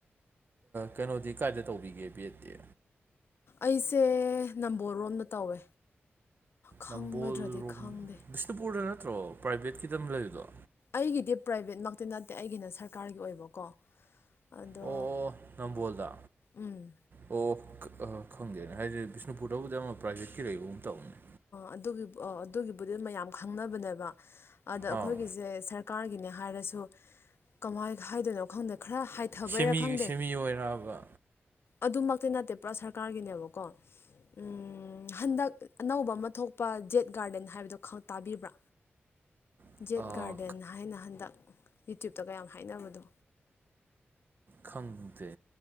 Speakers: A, on the right; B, on the left.
A: ꯀꯩꯅꯣꯗꯤ ꯀꯥꯏꯗ ꯇꯧꯕꯤꯒꯦ ꯄꯦꯠꯇꯦ
B: ꯑꯩꯁꯦ ꯅꯝꯕꯣꯜ ꯔꯣꯝꯗ ꯇꯧꯋꯦ ꯈꯪꯒꯗ꯭ꯔꯗꯤ
A: ꯅꯝꯕꯣꯜ ꯔꯣꯝ
B: ꯈꯪꯗꯦ
A: ꯕꯤꯁꯅꯨꯄꯨꯔꯗ ꯅꯠꯇ꯭ꯔꯣ ꯄ꯭ꯔꯥꯏꯕꯦꯠꯀꯤꯗ ꯂꯩꯕꯗꯣ
B: ꯑꯩꯒꯤꯗꯤ ꯄ꯭ꯔꯥꯏꯚꯦꯠꯃꯛꯇꯤ ꯅꯠꯇꯦ ꯑꯩꯒꯤꯅ ꯁꯔꯀꯥꯔꯒꯤ ꯑꯣꯏꯕꯀꯣ ꯑꯗꯣ
A: ꯑꯣ ꯑꯣ ꯅꯝꯕꯣꯜꯗ
B: ꯎꯝ
A: ꯑꯣ ꯑꯣ ꯑ ꯈꯪꯗꯦꯅꯦ ꯍꯥꯏꯗꯤ ꯕꯤꯁꯅꯨꯄꯨꯔꯗꯕꯨꯗꯤ ꯑꯃ ꯄ꯭ꯔꯥꯏꯚꯦꯠꯀꯤ ꯂꯩꯕ ꯇꯧꯅꯦ
B: ꯑꯗꯨꯒꯤ ꯑꯗꯨꯒꯤꯕꯨꯗꯤ ꯃꯌꯥꯝ ꯈꯪꯅꯕꯅꯦꯕ ꯑꯗ ꯑꯩꯈꯣꯏꯒꯤꯁꯦ
A: ꯑꯥ
B: ꯁꯔꯀꯥꯔꯒꯤꯅꯦ ꯍꯥꯏꯔꯁꯨ ꯀꯃꯥꯏ ꯍꯥꯏꯗꯣꯏꯅꯣ ꯈꯪꯗꯦ ꯈꯔ ꯍꯥꯏꯊꯕꯩꯔꯥ
A: ꯁꯦꯃꯤ
B: ꯈꯪꯗꯦ
A: ꯁꯦꯃꯤ ꯑꯣꯏꯔꯛꯑꯕ
B: ꯑꯗꯨꯃꯛꯇꯤ ꯅꯠꯇꯦ ꯄꯨꯔꯥ ꯁꯔꯀꯥꯔꯒꯤꯅꯦꯕꯀꯣ ꯎ ꯍꯟꯗꯛ ꯑꯅꯧꯕ ꯑꯃ ꯊꯣꯛꯄ ꯖꯦꯠ ꯒꯥꯔꯗꯦꯟ ꯍꯥꯏꯕꯗꯣ ꯈ ꯇꯥꯕꯤꯕ꯭ꯔꯥ
A: ꯑꯥ
B: ꯖꯦꯠ ꯒꯥꯔꯗꯦꯟ ꯍꯥꯏꯅ ꯍꯟꯗꯛ ꯌꯨꯇ꯭ꯨꯕꯇ ꯀꯌꯥꯝ ꯍꯥꯏꯅꯕꯗꯣ
A: ꯈꯪꯗꯦ